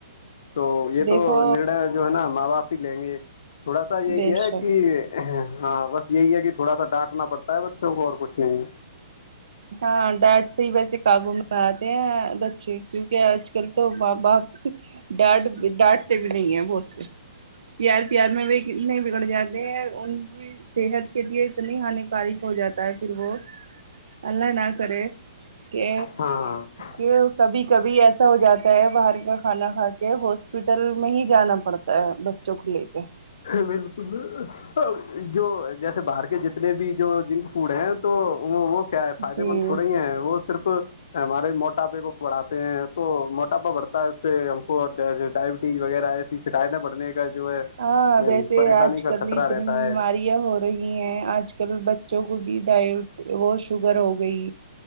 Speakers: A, on the left; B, on the right.
A: تو یہ
B: دیکھو
A: تو نرناے جو ہے نا ماں باپ ہی لیں گے تھوڑا سا یہی
B: بے
A: ہے
B: شک
A: کہ ہاں بس یہی ہے کہ تھوڑا سا ڈانٹنا پڑتا ہے بچوں کو اور کچھ نہیں ہے
B: ہاں ڈیڈ سے ہی ویسے کابو میں آتے ہیں بچے کیونکہ آج کل تو ماں باپ ڈاٹ ڈاٹتے بھی نہیں ہے بوس سے پیار پیار میں بھی کتنے بگڑ جاتے ہیں ان بھی صحت کے لیے اتنی ہانیکارک ہو جاتا ہے پھر وہ اللہ نہ کرے کہ
A: ہاں ہاں
B: کہ کبھی کبھی ایسا ہو جاتا ہے باہر کا کھانا کھا کے ہاسپٹل میں ہی جانا پڑ تا ہے بچوں کو لے کے
A: بالکل جو جیسے باہر کے جتنے بھی جو جنک فوڈ ہیں تو وہ وہ کیا ہے فائدے
B: جی
A: مند تھوڈ ہیں وہ صرف ہمارے موٹاپے کو بڑھاتے ہیں تو موٹاپا بڑھتا ہے اس سے ہم کو ڈائبٹیز وغیرہ ایسی شکایتیں بڑھنے کا جو ہے
B: ہاں ویسے
A: پریشانی
B: آج
A: کا
B: کل
A: خطرہ
B: اتنی
A: رہتا
B: بیماری
A: ہے
B: یاں ہو رہی ہیں آج کل بچوں کو بھی ڈائٹ وہ شوگر ہو گئی